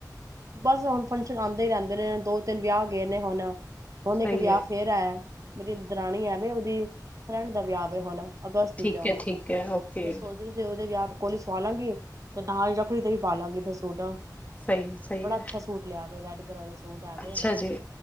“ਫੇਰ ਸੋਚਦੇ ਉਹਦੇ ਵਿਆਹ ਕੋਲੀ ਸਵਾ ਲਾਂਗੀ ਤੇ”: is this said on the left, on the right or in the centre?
Right